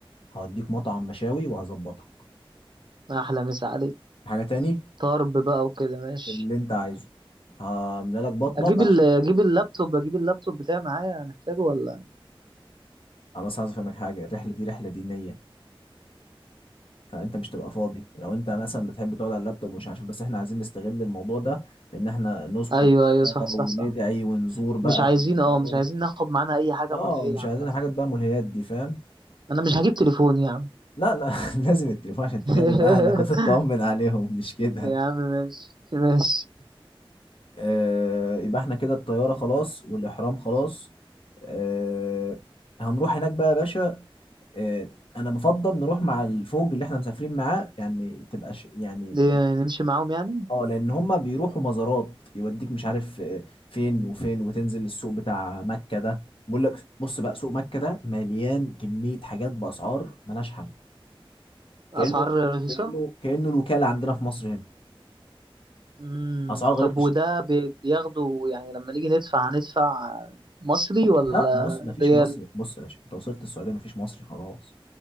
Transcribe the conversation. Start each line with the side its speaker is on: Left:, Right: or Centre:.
Left: هوديك مطعم مشاوي وهظبطك
Right: احلى مسا عليك
Left: حاجة تاني
Right: طرب بقى وكده ماشي
Left: اللي انت عايزه هعمل لك بطنك
Right: اجيب
Left: عشان
Right: ال... اجيب اللابتوب اجيب اللابتوب بتاعي معايا هنحتاجه ولا
Left: انا بس عايز افهمك حاجة الرحلة دي رحلة دينية فانت مش تبقى فاضي لو انت مثلا بتحب تقعد على اللابتوب ومش عارف إيه، بس احنا عايزين نستغل الموضوع ده ان احنا نسكن
Right: ايوه ايوه
Left: بقى
Right: صح صح
Left: وندعي
Right: صح
Left: ونزور بقى
Right: مش عايزين
Left: ونزورات.
Right: اه مش عايزين ناخد معانا اي حاجه
Left: اه
Right: ملهيه
Left: مش
Right: عامه
Left: عايزين حاجات بقى ملهيات دي فاهم
Right: انا مش هجيب تليفون يا عم
Left: لا لا <laughs> لازم التليفون عشان تكلم
Right: <laughs>
Left: اهلك وتطمن عليهم مش كده
Right: يا عم ماشي ماشي
Left: آه يبقى احنا كده الطيارة خلاص والإحرام خلاص آه هنروح هناك بقى يا باشا آه انا بفضل نروح مع الفوج اللي احنا مسافرين معاه يعني تبقى ش... يعني
Right: دي نمشي معاهم يعني
Left: اه لان هم بيروحوا مزارات يوديك مش عارف آه، فين وفين وتنزل السوق بتاع مكة ده بيقول لك بص بقى سوق مكة ده مليان كمية حاجات بأسعار ملهاش حل كأنه
Right: اسعار رخيصه
Left: كأنه كأنه الوكالة عندنا في مصر هنا
Right: امم
Left: أسعار غريبة
Right: طب
Left: الش-
Right: وده بي- بياخده يعني لما نيجي ندفع هندفع مصري ولا
Left: لا مصر مفيش
Right: ريال
Left: مصر بص يا باشا انت وصلت السعودية مفيش مصري خلاص